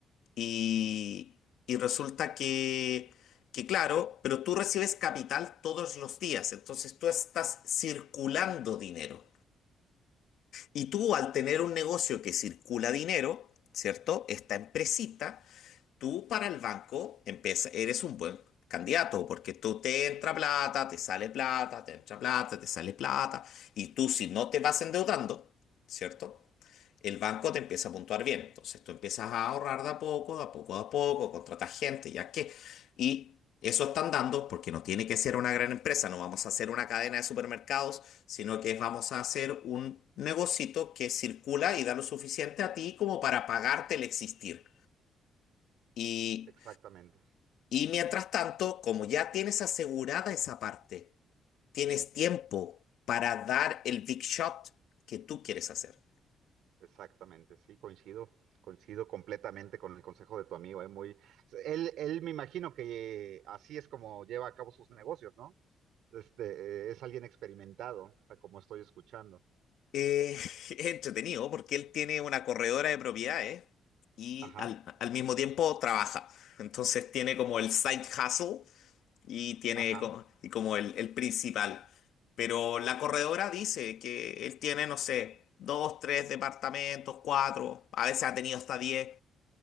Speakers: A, on the left; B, on the right.
A: y, y resulta que, que, claro, pero tú recibes capital todos los días, entonces tú estás circulando dinero. Y tú al tener un negocio que circula dinero, ¿cierto? Esta empresita, tú para el banco empieza, eres un buen candidato porque tú te entra plata, te sale plata, te entra plata, te sale plata, y tú si no te vas endeudando, ¿cierto? el banco te empieza a puntuar bien. Entonces tú empiezas a ahorrar de a poco, de a poco, de a poco, contratas gente, ya que. Y eso están dando, porque no tiene que ser una gran empresa, no vamos a hacer una cadena de supermercados, sino que vamos a hacer un negocito que circula y da lo suficiente a ti como para pagarte el existir. Y,
B: Exactamente.
A: y mientras tanto, como ya tienes asegurada esa parte, tienes tiempo para dar el big shot que tú quieres hacer.
B: Exactamente, sí, coincido, coincido completamente con el consejo de tu amigo, ¿eh? Muy, él, él me imagino que eh, así es como lleva a cabo sus negocios, ¿no? Este, eh, es alguien experimentado, a como estoy escuchando.
A: Eh, <laughs> es entretenido porque él tiene una corredora de propiedades y
B: Ajá,
A: al, al mismo tiempo trabaja. Entonces tiene como el side hustle y tiene
B: ajá,
A: como, y como el, el principal. Pero la corredora dice que él tiene, no sé, dos, tres departamentos, cuatro, a veces ha tenido hasta diez.